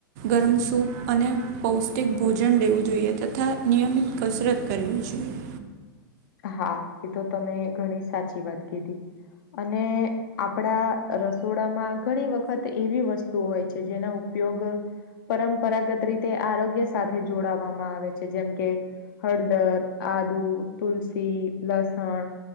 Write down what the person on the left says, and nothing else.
હા એ તો તમે ઘણી સાચી વાત કીધી અને આપણા રસોડામાં ઘણી વખત એવી વસ્તુઓ હોય છે જેનો ઉપયોગ પરંપરાગત રીતે આરોગ્ય સાથે જોડવામાં આવે છે જેમ કે હળદર આદુ તુલસી, લસણ,